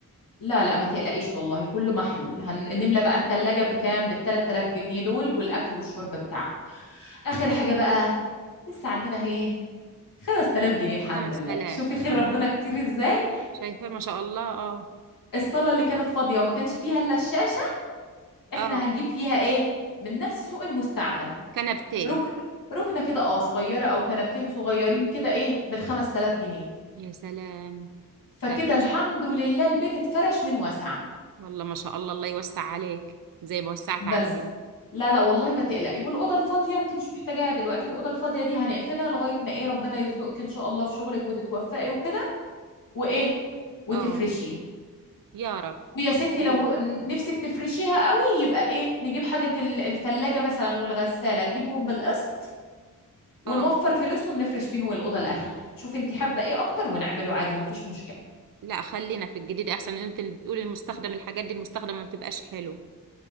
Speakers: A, on the left; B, on the right.
A: لا لا ما تقلقيش والله كله محلول هنملى بقى التلاجة بكام؟ بال 3000 جنيه دول والأكل والشرب بتاعكم آخر حاجة بقى لسه عندنا ايه؟ 5000 جنيه الحمد
B: خمس
A: لله
B: آلاف
A: شوفي خير ربنا كتير ازاي
B: شايفة ما شاء الله آه
A: الصالة اللي كانت فاضية وما كانش فيها الا الشاشة احنا
B: آه
A: هنجيب فيها ايه من نفس سوق المستعمل
B: كنبتين
A: ركن ركنه كده اه صغيره او كنبتين صغيرين كده ايه بالخمس تلاف جنيه
B: يا سلام
A: فكده
B: ده إيش.
A: الحمد لله البيت اتفرش من وسع
B: والله ما شاء الله الله يوسع عليك زي ما وسعت
A: بس
B: علينا
A: لا لا والله ما تقلقي والاوضه الفاضيه انت مش محتاجاها دلوقتي الاوضه الفاضيه دي هنقفلها لغايه ما ايه ربنا يرزقك ان شاء الله في شغلك وتتوفقي وكده وايه وتفرشيها
B: اه يا رب
A: ويا
B: الله
A: ستي
B: كريم
A: لو هو- نفسك تفرشيها قوي يبقى ايه نجيب حاجه ال- التلاجة مثلا والغساله نجيبهم بالقسط ونوفر
B: اه
A: فلوسهم نفرش بيهم الأوضة الأخيرة شوف انت حابة ايه أكتر ونعمله عادي مفيش مشكلة
B: لا خلينا في الجديد احسن انت اللي بتقولي المستخدم الحاجات دي المستخدمه ما بتبقاش حلو